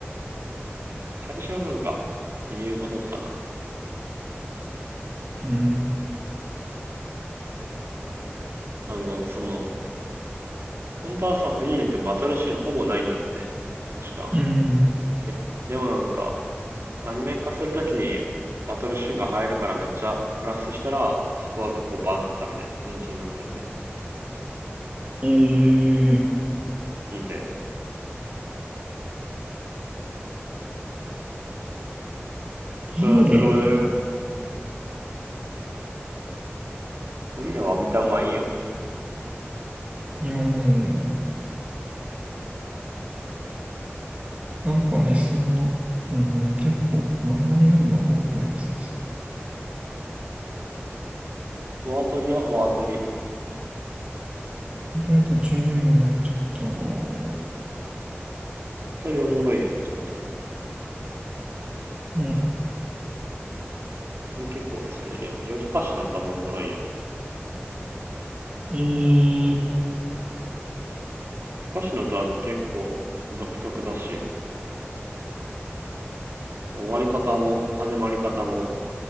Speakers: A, on the right; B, on the right.
A: 最初はなんか、言うほどかな。
B: うん。
A: あの、その、本当はさ、フリーレンってバトルシーンほぼないんだって。確か。
B: うん。
A: で、でもなんか、アニメ化するときにバトルシーンが入るからめっちゃプラスしたら、そこは結構バズったみたいな。人気になったみたいな。
B: ええ
A: 聞いたよ。あとなんだろうね。
B: いいね。
A: フリーレンは見た方がいいよ。
B: いやなんかね、そんな、うん、結構漫画で読んだ方が良さそ
A: ワートリはワートリ。ワ
B: う。とりあえず途中で読むのやめちゃったなぁ。
A: ートリおもろいやん、ちゃんと。
B: うん、
A: 俺結構好きだけどな。夜更かしの歌もおもろいやん。夜
B: えー、
A: 更かしの歌って結構独特だし、終わり方も始まり方も